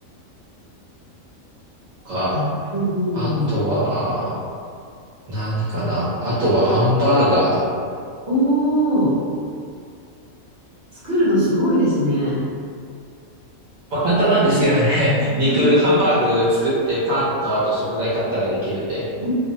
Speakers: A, on the right; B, on the right.
A: とか、
B: はい。うんうんうんうん。
A: あとは、何かな、あとはハンバーガーとか、
B: おー、作るのすごいですね。
A: まあ、簡単なんですけどね、<laughs> 肉、
B: ああ、
A: ハンバーグ作ってパンとあと食材買ったらできるんで、
B: う